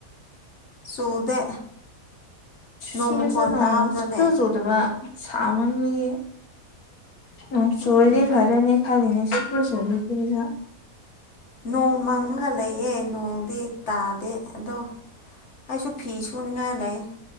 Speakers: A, on the left; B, on the left.
A: ꯆꯨꯗꯦ ꯅꯣꯡ
B: ꯁꯤꯗꯁꯨ
A: ꯃꯈꯣꯟ
B: ꯅꯣꯡ
A: ꯇꯥꯕ꯭ꯔꯣꯅꯦ
B: ꯁꯨꯛꯆꯨ ꯆꯨ ꯗꯕ ꯁꯥꯃꯟꯕꯒꯤ ꯅꯣꯡ ꯆꯨꯔꯗꯤ
A: ꯎꯝ
B: ꯐꯗꯣꯏꯅꯦ ꯈꯟꯂꯤꯅꯤ ꯁꯨꯛꯆꯨ ꯆꯨꯨꯗꯦ ꯁꯤꯗ
A: ꯅꯣꯡ ꯃꯪꯉꯒ ꯂꯩꯌꯦ ꯅꯣꯡꯗꯤ ꯇꯥꯗꯦ ꯑꯗꯣ ꯑꯩꯁꯨ ꯐꯤ ꯁꯨꯅꯤꯡꯉꯥꯏ ꯂꯩ꯫